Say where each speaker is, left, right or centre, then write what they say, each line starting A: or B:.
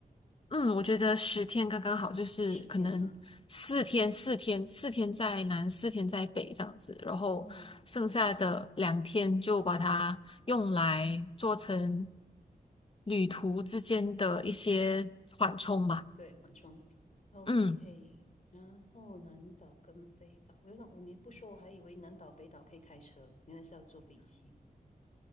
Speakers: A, on the left; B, on the left.
A: 嗯，我觉得十天刚刚好，就是可能四天、
B: 十天哈，OK，
A: 四天、四天在南，四天在北这样子，然后剩下的两天就把它用来做成
B: 哦，可以，
A: 旅途之间的一些缓冲吧。
B: 哦，对，缓冲，OK。
A: 嗯，
B: 然后南岛跟北岛，原来我你不说，我还以为南岛北岛可以开车，原来是要坐飞机。